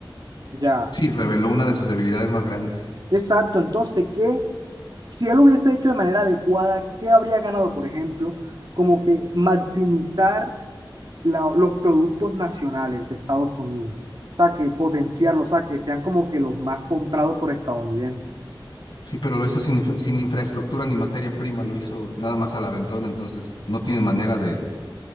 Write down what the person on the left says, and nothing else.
sí, reveló una de sus debilidades más grandes.
Sí, pero lo hizo sin, infra- sin infraestructura ni materia prima, lo hizo nada más al aventón, entonces no tienen manera de,